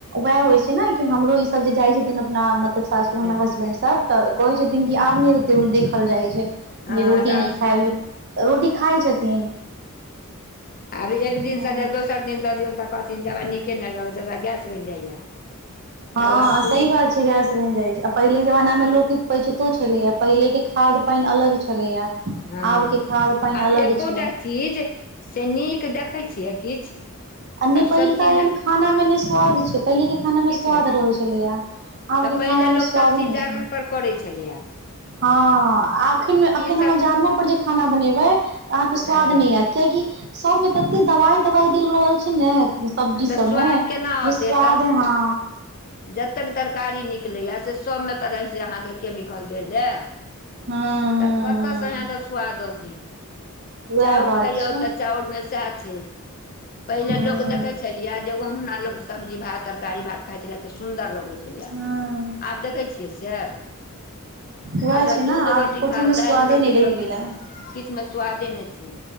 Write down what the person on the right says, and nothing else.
वैहय होइ छै ने कि हमरो ई सब जे जाइ छथिन अपना मतलब सासुर हमर
हसबैंड सब तऽ कहै छथिन कि आब नहि ओते देखल जाइ छै
जे रोटी
नहि खायब रोटी खाइ छथिन
हँ
हँ
सही बात छै गैस बनि जाइ छै पहिले जमाना में लोकोके पचतो छलेया पहिले के खाद पानि अलग छलेया
आब के खाद पानि
अलग
छै
आ नहि
पहिलका
एहन खाना मे ने स्वाद छै पहिले के खाना
मे स्वाद
रहै छलैया आब
के
खाना
मे स्वादो
नहि
छै
हँ अखन मे अखन
अहाँ जारनो पर जे खाना बनेबै अहाँके स्वाद
नहि आयत किया कि सब मे तते दवाई तवाई देल रहल छै ने सब्जी
सबमे
जे
स्वाद
ह हा
हूँ हूँ
हूँ
उएह
बात
छै
हूँ
ह
वएह
छै
ने आब
कथहु
मे
स्वादे
नहि
रहि गेलै